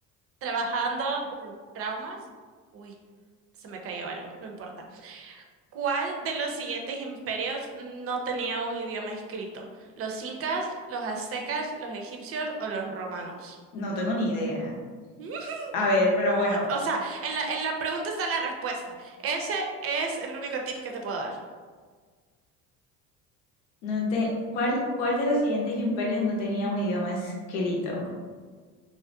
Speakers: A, on the right (about 40°); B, on the left (about 80°).
A: trabajando de los traumas. Uy, se me cayó algo, no importa. ¿Cuál de los siguientes imperios no tenía un idioma escrito? ¿Los incas, los aztecas, los egipcios o los romanos?
B: No tengo ni idea.
A: ¿Mm?
B: A ver, pero
A: No,
B: bueno,
A: o sea, en la, en la pregunta está la respuesta. Ese es el único tip que te puedo dar.
B: no te... ¿Cuál, cuál de los siguientes imperios no tenía un idioma escrito?